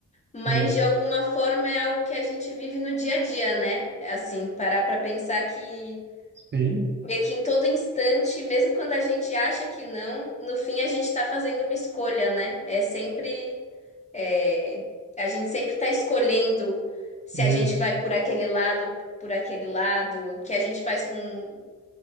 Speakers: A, on the left (about 25°); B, on the right (about 40°).
A: mas
B: isso.
A: de alguma forma é algo que a gente vive no dia a dia, né? Assim, parar para pensar que
B: Sim,
A: Meio que em todo instante, mesmo quando a gente acha que não, no fim a gente está fazendo uma escolha, né? É sempre. é, a gente sempre está escolhendo se
B: isso.
A: a gente vai por aquele lado, por aquele lado, o que a gente faz com,